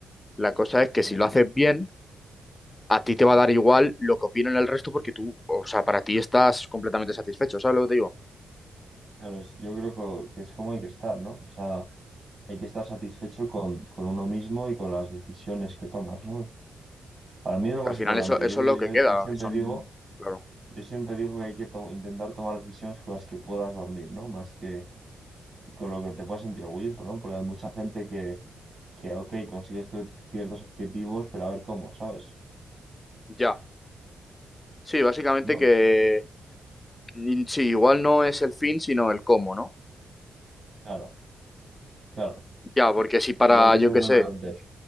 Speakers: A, on the left (about 25°); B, on the right (about 50°).
A: La cosa es que
B: ¿sí?
A: si lo haces bien, a ti te va a dar igual lo que opinen el resto porque tú, o sea, para ti estás completamente satisfecho, ¿sabes lo que te digo?
B: Claro, es- yo creo que, que es como hay que estar, ¿no? O sea, hay que estar satisfecho con, con uno mismo y con las decisiones que tomas, ¿no? Es- Para mí es lo
A: Que
B: más
A: al final
B: importante.
A: eso, eso
B: Yo
A: es
B: creo,
A: lo que queda,
B: yo, yo siempre
A: que son,
B: digo,
A: claro,
B: yo siempre digo que hay que to- intentar tomar decisiones con las que puedas dormir, ¿no? Más que con lo que te puedas sentir orgulloso, ¿no? Porque hay mucha gente que, que ok, consigues tu- ciertos objetivos, pero a ver cómo, ¿sabes?
A: ya. Sí, básicamente
B: ¿No?
A: que mm, sí, igual no es el fin, sino el cómo, ¿no?
B: Claro, claro.
A: Ya, porque si para,
B: Creo que
A: yo
B: eso es
A: qué
B: muy
A: sé.
B: Ojalá. importante.